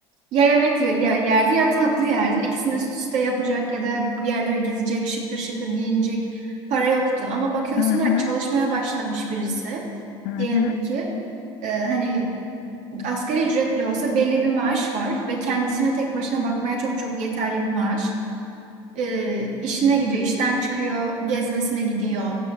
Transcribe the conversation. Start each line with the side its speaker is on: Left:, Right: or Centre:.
Right: ya yemek ye- ye- yerdin ya tatlı yerdin. İkisini üst üste yapacak ya da bir yerlere gezecek, şıkır şıkır giyinecek para yoktu. Ama bakıyorsun
Left: hı hı,
Right: ha, çalışmaya başlamış birisi.
Left: hı hı,
Right: Diyelim ki e, hani asgari ücretli olsa belli bir maaş var ve kendisine tek başına bakmaya çok çok yeterli bir maaş. E, işine gidiyor, işten çıkıyor, gezmesine gidiyor.